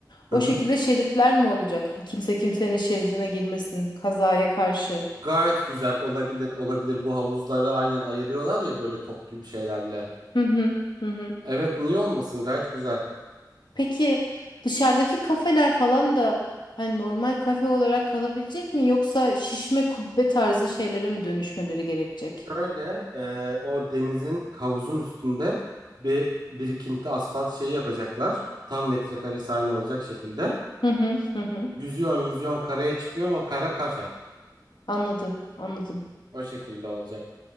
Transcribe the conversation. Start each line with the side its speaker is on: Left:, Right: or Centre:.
Right: Hı
Left: O
Right: hı.
Left: şekilde şeritler mi olacak? Kimse kimsenin şeridine girmesin kazaya karşı.
Right: Gayet güzel olabilir olabilir bu havuzları aynen ayırıyorlar ya böyle top gibi şeylerle.
Left: Hı hı hı hı.
Right: Evet niye olmasın gayet güzel.
Left: Peki dışarıdaki kafeler falan da hani normal kafe olarak kalabilecek mi yoksa şişme kubbe tarzı şeylere mi dönüşmeleri gerekecek?
Right: Şöyle e, o denizin havuzun üstünde bir birikinti asfalt şeyi yapacaklar. Tam metrekare sahne olacak şekilde.
Left: Hı hı hı hı.
Right: Yüzüyorsun yüzüyorsun karaya çıkıyorsun o kara kafe.
Left: Anladım, anladım.
Right: O şekilde olacak.